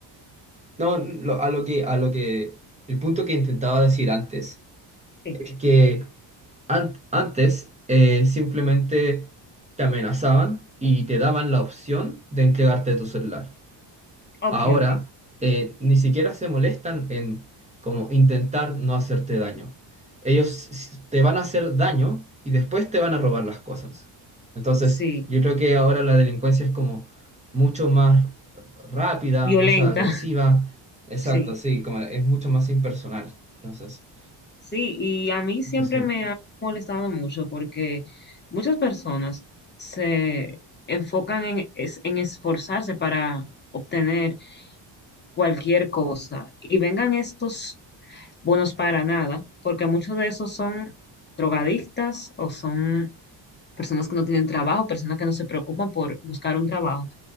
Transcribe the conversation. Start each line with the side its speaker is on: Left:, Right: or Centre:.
Right: no, lo- a lo que, a lo que, el punto que intentaba decir antes
Left: Sí.
Right: es que an- antes eh, simplemente te amenazaban y te daban la opción de entregarte tu celular.
Left: Ok,
Right: Ahora
Left: ok.
Right: eh, ni siquiera se molestan en como intentar no hacerte daño. Ellos s- te van a hacer daño y después te van a robar las cosas. Entonces,
Left: Sí,
Right: yo creo que ahora la delincuencia es como mucho más rápida,
Left: violenta.
Right: más agresiva. Exacto,
Left: Sí,
Right: sí, como es mucho más impersonal. Entonces,
Left: sí, y a mí siempre
Right: sí,
Left: me ha molestado mucho porque muchas personas se enfocan en, es- en esforzarse para obtener cualquier cosa y vengan estos bonos para nada, porque muchos de esos son drogadictas o son personas que no tienen trabajo, personas que no se preocupan por buscar un trabajo.